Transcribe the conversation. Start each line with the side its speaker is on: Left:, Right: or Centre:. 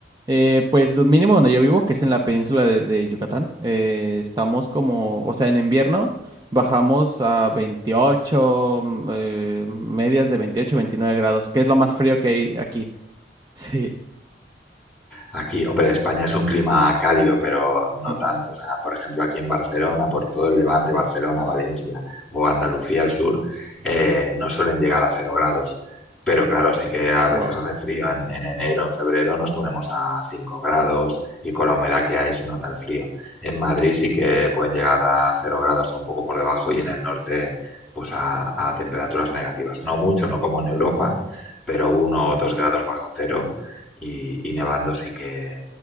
Right: Eh, pues lo mínimo donde yo vivo, que es en la península de, de Yucatán, eh, estamos como, o sea, en invierno bajamos a 28, mm, eh, medias de 28, 29 grados, que es lo más frío que hay aquí. <laughs> Sí.
Centre: Aquí, hombre, España es un clima cálido, pero no
Right: Mm,
Centre: tanto. O sea, por ejemplo, aquí en Barcelona, por todo el Levante, Barcelona, Valencia o Andalucía al sur, eh, no suelen llegar a cero grados. Pero claro, sí que a veces
Right: Wow,
Centre: hace frío. En, en enero, en febrero nos ponemos a 5 grados y con la humedad que hay se nota el frío. En Madrid sí que pueden llegar a cero grados o un poco por debajo y en el norte pues a, a temperaturas negativas. No mucho, no como en Europa, pero uno o dos grados bajo cero y, y nevando sí que,